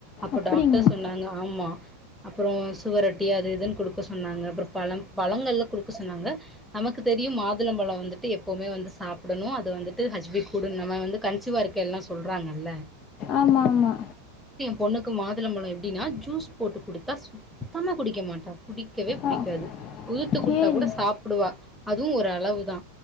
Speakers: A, in the centre; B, on the left.
A: அப்போ
B: அப்படிங்களா?
A: டாக்டர் சொன்னாங்க ஆமா அப் அப்புற சுவரொட்டி அது இதுன்னு குடுக்க சொன்னாங்க அப்புற பழம் பழங்கள்லா குடுக்க சொன்னாங்க நமக்கு தெரியும் மாதுளம்பழ வந்துட்டு எப்போவுமே வந்து சாப்புடணு அது வந்துட்டு ஹச் பி கூட நம்ம வந்து கன்சிவா இருக்க எல்லா சொல்றா ஆ நல்ல
B: ஆமா ஆமா
A: பொண்ணுக்கு மாதுளம் பழம் எப்டின்னா ஜூஸ் போட்டு குடுத்தா சுத்தமா குடிக்க மாட்டா புடிக்கவே புடிக்காது
B: ஆ
A: உதுத்து குடுத்தா
B: சரி.
A: கூட சாப்புடுவா அதுவு ஒரு அளவுதா